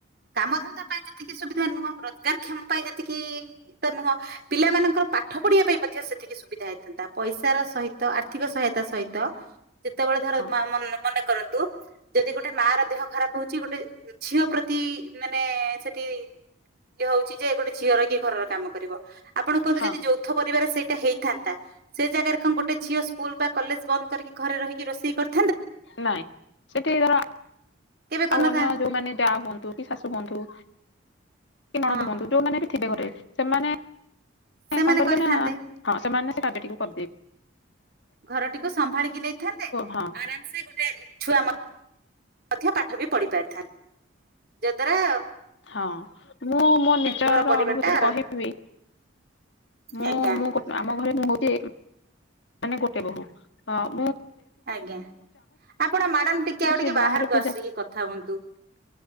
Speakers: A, on the right; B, on the left.
A: କାମ ଧନ୍ଦା ପାଇଁ ଯେତିକି ସୁବିଧା ନୁହଁ ରୋଜଗାର କ୍ଷମ ପାଇଁ ଯେତିକି ତ ନୁହଁ ପିଲାମାନାନଙ୍କର ପାଠ ପଢିବା ପାଇଁ ମଧ୍ୟ ସେତିକି ସୁବିଧା ହେଇଥାନ୍ତା ପଇସାର ସହିତ ଆର୍ଥିକ ସହାୟତା ସହିତ ଯେତେବେଳେ ଧର
B: ହଁ
A: ମା ମନ ମନେ କରନ୍ତୁ ଯଦି ଗୋଟେ ମା ର ଦେହ ଖରାପ ହଉଛି ଗୋଟେ ଝିଅ ପ୍ରତି ମାନେ ସେଠି ଇଏ ହଉଚି ଯେ ଗୋଟେ ଝିଅ ରହିକି ଘରର କାମ କରିବ। ଆପଣ କୁହନ୍ତୁ
B: ହଁ
A: ଯଦି ଯୌଥ ପରିବାର ସେଇ ହେଇଥାନ୍ତା ସେ ଜାଗାରେ କଣ ଗୋଟେ ଝିଅ ସ୍କୁଲ ବା କଲେଜ ବନ୍ଦ କରିକି ଘରେ ରହିକି ରୋଷେଇ କରିଥା
B: ନାଇଁ ସେଠି ଆଉ
A: କେବେ କରିନଥା
B: ଅନ୍ୟ ଯୋଉମାନେ ଯା ହୁଅନ୍ତୁ କି ଶାଶୁ ହୁଅନ୍ତୁ କିନଣନ୍ଦ
A: ହଁ
B: ହୁଅନ୍ତୁ ଯଉ ମାନେ ଥିବେ ଘରେ ସେମାନେ
A: ସେମାନେ
B: କଣ କରିବେ
A: କରିଥାନ୍ତେ
B: ନା ହଁ ସେମାନେ ସେ କାଯ୍ୟଟିକୁ କରଦେ
A: ଘରଟିକୁ ସମ୍ଭାଳିକି ନେଇଥାନ୍ତେ
B: ହଁ
A: ଆରାମ ସେ ଗୋଟେ ଛୁଆ ମ ମଧ୍ୟ ପାଠ ବି ପଢି ପାରିଥାନ୍ତା ଯାଦ୍ଵାରା
B: ହଁ ମୁଁ ମୋ ନିଜର
A: ଘର ପରିବାର
B: ଅନୁଭୂତିରେ
A: ଟା ର
B: କହିବି, ମୁଁ
A: ଆଜ୍ଞା
B: ମୁଁ ଆମ ଘରେ ମୁଁ ହଉଚି ମାନେ ଗୋଟେ ବୋହୂ ଅ
A: ଆଜ୍ଞା ଆପଣ ମ୍ୟାଡାମ ଟିକେ
B: କିଛି
A: ଆଉ ଟିକେ ବାହାରକୁ ଆସିକି
B: ଯାଇ
A: କଥା ହୁଅନ୍ତୁ?